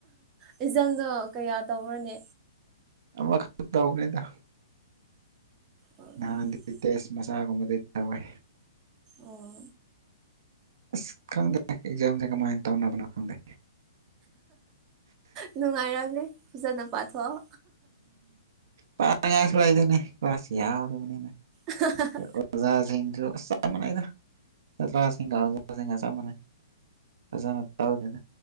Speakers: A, on the right; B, on the right.
A: ꯑꯦꯛꯖꯥꯝꯗꯣ ꯀꯌꯥ ꯇꯧꯔꯅꯤ
B: ꯑꯃꯥꯈꯛꯇ ꯇꯧꯕꯅꯤꯗꯥ
A: ꯑꯣ
B: ꯅꯍꯥꯟꯗꯤ ꯇꯦꯁ ꯃꯆꯥꯒꯨꯝꯕꯗꯤ ꯇꯧꯋꯦ
A: ꯑꯣ
B: ꯑꯁ ꯈꯪꯗꯦ ꯑꯦꯛꯖꯥꯝꯖꯦ ꯀꯃꯥꯏꯟ ꯇꯧꯅꯕꯅꯣ ꯈꯪꯗꯦ
A: ꯅꯨꯡꯉꯥꯏꯔꯝꯅꯤ ꯐꯖꯅ ꯄꯥꯊꯣꯛꯑꯣ
B: ꯄꯥꯅꯉꯥꯏꯁꯨ ꯂꯩꯇꯦꯅꯦ ꯀ꯭ꯂꯥꯁ ꯌꯥꯝꯃꯕꯅꯤꯅ
A: <unintelligible>
B: ꯑꯣꯖꯥꯁꯤꯡꯁꯨ ꯑꯁ ꯆꯞ ꯃꯥꯅꯩꯗ ꯌꯥꯇ꯭ꯂꯥꯁ ꯑꯩꯉꯥꯡꯖꯤꯡꯉ ꯆꯞ ꯃꯥꯟꯅꯩ ꯑꯣꯖꯥꯅ ꯇꯥꯜꯗꯦꯗ